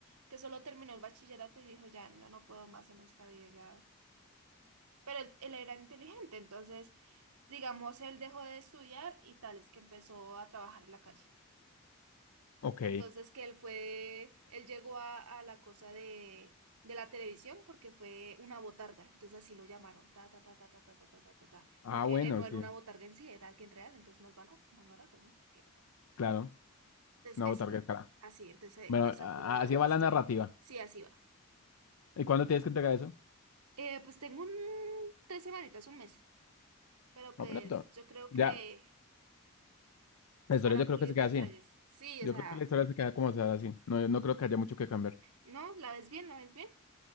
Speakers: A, on the right; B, on the left.
A: que solo terminó el bachillerato y dijo, ya, no, no puedo más en esta vida, ya. Pero él, él era inteligente, entonces, digamos, él dejó de estudiar y tal, es que empezó a trabajar en la calle.
B: Ok.
A: Entonces que él fue, él llegó a, a la cosa de, de la televisión porque fue una botarga, entonces así lo llamaron, ta, ta, ta, ta, ta, ta, ta, ta, ta, ta, ta,
B: Ah,
A: porque
B: bueno,
A: él no
B: sí,
A: era una botarga en sí, era alguien real, entonces más barato, más barato, ¿no? Que-
B: claro.
A: Entonces,
B: Una
A: eso,
B: botarga cara.
A: así, entonces eh,
B: Bueno,
A: esa
B: a-
A: fue la,
B: así va
A: la historia.
B: la narrativa.
A: Sí, así va.
B: ¿Y cuándo tienes que entregar eso?
A: Eh, pues tengo un, tres semanitas, un mes, pero pues
B: Un minuto.
A: yo creo
B: Ya,
A: que
B: la historia
A: para
B: yo creo
A: pulir
B: que se queda
A: detalles,
B: así.
A: sí,
B: Yo
A: o sea,
B: creo que la historia se queda como sea así. No, no creo que haya mucho que cambiar.
A: ¿no? ¿La ves bien? ¿La ves bien?